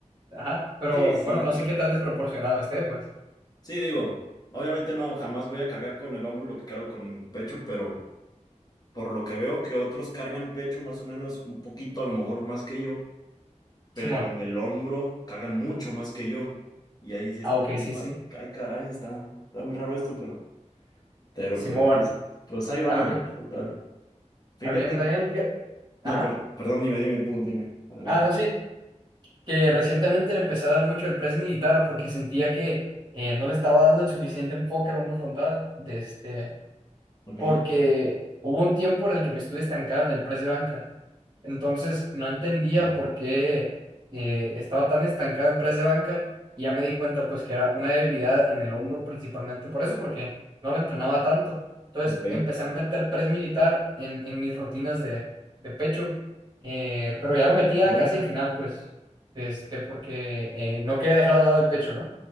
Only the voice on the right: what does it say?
Ajá, pero
bueno, no
sé qué tan desproporcionado esté, pues.
Simón.
Ah,
ok,
sí, sí.
Simón,
a lo que...
Está bien, está bien, fíjate. Ajá.
Ah, no, sí. Que recientemente le empecé a dar mucho el press militar porque sentía que eh, no le estaba dando el suficiente enfoque al hombro frontal. De este...
porque hubo un tiempo en el que me estuve estancado en el press de banca. Entonces no entendía
por qué eh, estaba tan estancado en press de banca y ya me di cuenta pues que era una debilidad en el hombro principalmente por eso, porque no lo entrenaba tanto. Entonces
empecé a meter press militar en, en mis rutinas de, de pecho, eh, pero ya lo metía
casi al final pues, este, porque eh, no quería dejar de lado el pecho, ¿no?